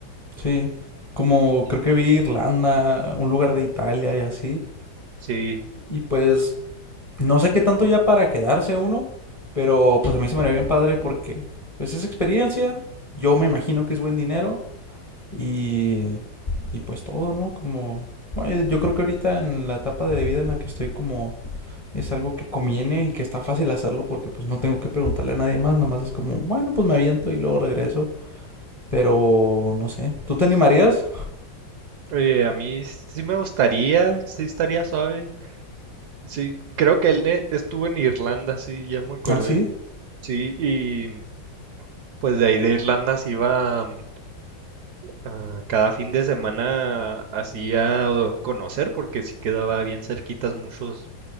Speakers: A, on the left; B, on the right.
A: sí, como
B: Sí.
A: creo que vi Irlanda, un lugar de Italia y así.
B: Sí,
A: Y pues no sé qué tanto ya para quedarse uno, pero pues a mí se me haría bien padre porque pues es experiencia, yo me imagino que es buen dinero Y, y pues todo, ¿no? Como, bueno, yo, yo creo que ahorita en la etapa de vida en la que estoy como es algo que conviene y que está fácil hacerlo porque pues no tengo que preguntarle a nadie más, nomás es como, bueno, pues me aviento y luego regreso, pero no sé, ¿tú te animarías?
B: oye, a mí sí me gustaría, sí estaría suave. Sí, creo que él eh, estuvo en Irlanda, sí, ya me acordé.
A: Ah, sí,
B: Sí, y Pues de ahí de Irlanda se iba mm, a cada fin de semana así a conocer porque sí quedaba bien cerquitas muchos,